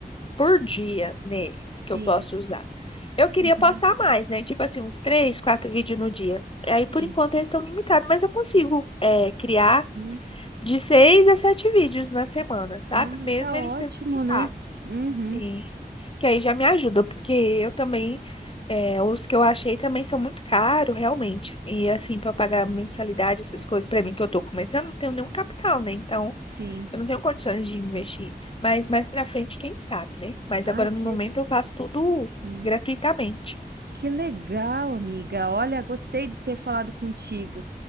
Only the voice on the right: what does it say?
sim,
uhum,
sim.
hum.
Ah, mas
tá
ótimo,
né? Uhum.
É,
sim.
Ai,
que
sim.
Que legal, amiga. Olha, gostei de ter falado contigo.